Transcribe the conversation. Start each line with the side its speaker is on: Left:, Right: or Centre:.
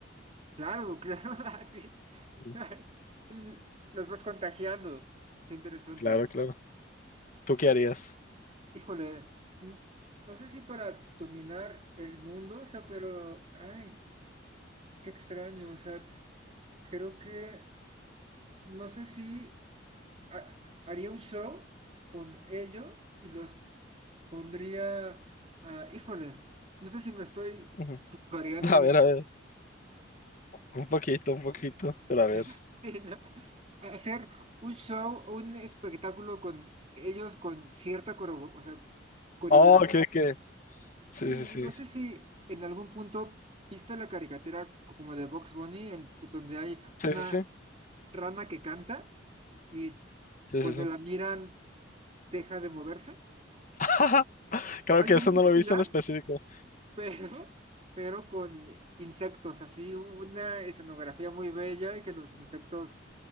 Right: Claro, claro, <laughs> así.
Left: Mm,
Right: <laughs> L- Los vas contagiando. Qué interesante.
Left: Claro, claro. ¿Tú qué harías?
Right: Híjole, n- no sé si para dominar el mundo, o sea, pero, ay, qué extraño, o sea, creo que, no sé si ha- haría un show con ellos y los pondría a, híjole, no sé si me estoy
Left: Ujú.
Right: variando
Left: <laughs> A
Right: un
Left: ver, a ver, un poquito, un poquito, pero a ver.
Right: <laughs> sí, ¿no? a hacer un show o un espectáculo con ellos con cierta coreo- o sea, coreografía.
Left: Oh, que, que, sí,
Right: Mm,
Left: sí, sí,
Right: No sé si en algún punto viste la caricatura co- como de Box Bunny, en, t- donde hay una
Left: sí, sí, sí,
Right: rana que canta y
Left: sí,
Right: cuando
Left: sí, sí.
Right: la miran deja de moverse.
Left: <laughs> Creo
Right: Algo
Left: que eso
Right: muy
Left: no
Right: similar,
Left: lo he visto en específico.
Right: <laughs> pero, pero con insectos, así una escenografía muy bella y que los insectos